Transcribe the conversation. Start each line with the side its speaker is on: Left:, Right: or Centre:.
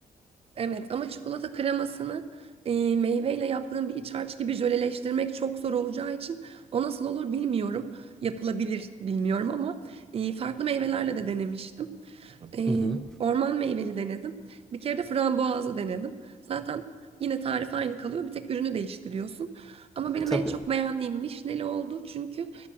Right: Evet ama çikolata kremasını e, meyveyle yaptığım bir iç harç gibi jöleleştirmek çok zor olacağı için o nasıl olur bilmiyorum. Yapılabilir bilmiyorum ama e, farklı meyvelerle de denemiştim. Ee,
Centre: Hı hı.
Right: orman meyveli denedim. Bir kere de frambuazlı denedim. Zaten yine tarif aynı kalıyor. Bir tek ürünü değiştiriyorsun. Ama benim
Centre: Tabii.
Right: en çok beğendiğim vişneli oldu. Çünkü